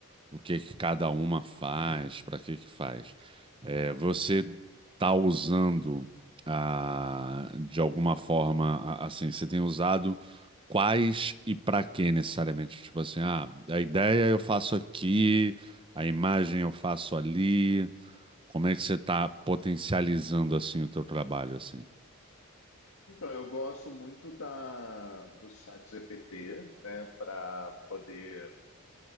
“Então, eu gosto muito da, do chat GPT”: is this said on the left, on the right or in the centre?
Left